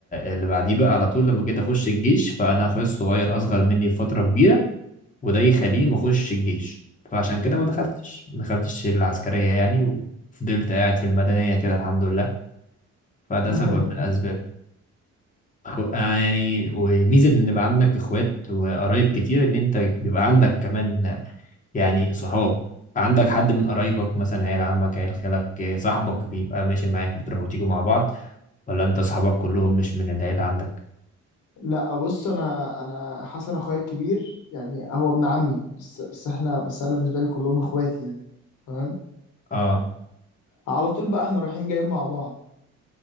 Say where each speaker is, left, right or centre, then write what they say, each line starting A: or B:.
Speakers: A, on the left (about 25°); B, on the left (about 85°).
A: اللي بعديه بقى على طول لما جيت اخش الجيش فانا اخويا الصغير اصغر مني بفتره كبيره وده يخليني ما اخش الجيش فعشان كده ما دخلتش ما دخلتش العسكرية يعني وفضلت قاعد في المدنية كده الحمد لله فده
B: <laughs>
A: سبب من الأسباب أخو- آه يعني وميزة إن يبقى عندك إخوات وقرايب كتير إن أنت بيبقى عندك كمان يعني صحاب عندك حد من قرايبك مثلا عيال عمك عيال خالك آه، صاحبك بيبقى ماشي معاك بتروحوا وتيجوا مع بعض ولا أنت صحابك كلهم مش من العيلة عندك
B: لا بص انا انا حسن اخويا الكبير يعني هو ابن عمي بس بس احنا بس انا بالنسبه لي كلهم اخواتي يعني تمام
A: اه
B: على طول بقى احنا رايحين جايين مع بعض